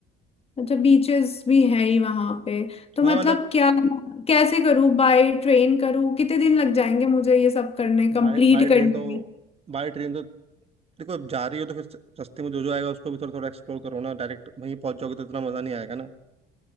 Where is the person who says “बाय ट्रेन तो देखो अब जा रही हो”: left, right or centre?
Right